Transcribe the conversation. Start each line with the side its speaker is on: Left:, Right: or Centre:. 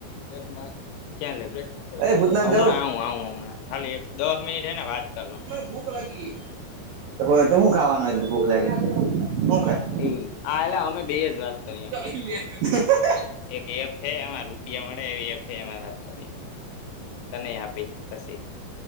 Left: લેબમાં. ક્યાં લેબમાં? પ્રેક્ટિકલ
Right: એ
Left: કરું.
Right: ભૂતનાથ
Left: હમણાં
Right: જવું
Left: આવું આવું હમણાં ખાલી એક દહ મિનિટ હે ને વાત કર લઉ.
Right: ભૂખ લાગી. હોય તો હું ખાવાનું હોય ભૂખ લાગી હુ ખાય?
Left: એ આયલા અમે બેજ વાત. કરીએ
Right: જોઈ લે. <inaudible>
Left: એક એપ હે એમાં રૂપિયા મળે એવી એપ હે એમાં વાત કરીએ. તને એ આપીશ પસી